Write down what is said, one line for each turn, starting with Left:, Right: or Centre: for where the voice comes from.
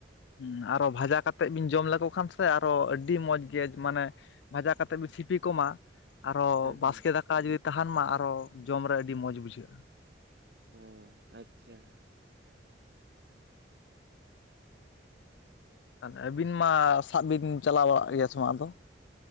Left: ᱦᱩᱸ ᱟᱨᱚ ᱵᱷᱟᱡᱟ ᱠᱟᱛᱮᱜ ᱵᱤᱱ ᱡᱚᱢ ᱞᱮᱠᱚ ᱠᱷᱟᱱ ᱥᱮ ᱟᱨᱚ ᱟᱹᱰᱤ ᱢᱚᱡᱽ ᱜᱮ ᱢᱟᱱᱮ ᱵᱷᱟᱡᱟ ᱠᱟᱛᱮᱫ ᱵᱤᱱ ᱥᱤᱯᱤ ᱠᱚᱢᱟ᱾ ᱟᱨᱚ
Right: ᱦᱩᱸ
Left: ᱵᱟᱥᱠᱮ
Right: ᱦᱩᱸ
Left: ᱫᱟᱠᱟ ᱡᱩᱫᱤ ᱛᱟᱦᱮᱱ ᱢᱟ ᱟᱨᱚ ᱡᱚᱢ ᱨᱮ ᱟᱹᱰᱤ ᱢᱚᱸᱡᱽ ᱵᱩᱡᱷᱟᱹᱜᱼᱟ᱾
Right: ᱚ ᱟᱪᱪᱷᱟ
Left: ᱛᱟᱦᱚᱞᱮ ᱟᱹᱵᱤᱱ ᱢᱟ ᱥᱟᱵ ᱵᱤᱱ ᱪᱟᱞᱟᱣ ᱵᱟᱲᱟᱜ ᱜᱮᱭᱟ ᱥᱮ ᱵᱟᱝ ᱟᱫᱚ?